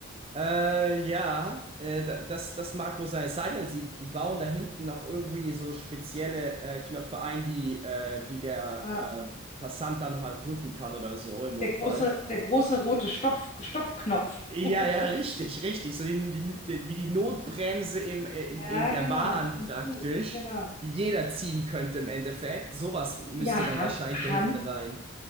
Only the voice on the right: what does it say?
Äh, ja, äh, da- das, das mag wohl sein. Es sei denn, sie, die bauen da hinten noch irgendwie so spezielle äh, Knöpfe ein, die, äh, die der
äh, Passant da nochmal drücken kann oder so im Notfall.
Ja,
ja, richtig, richtig. So die, die, die, wie die Notbremse im, äh, in,
in der
Bahn
praktisch,
die jeder ziehen könnte im Endeffekt. Sowas müsste
dann
wahrscheinlich
da hinten rein.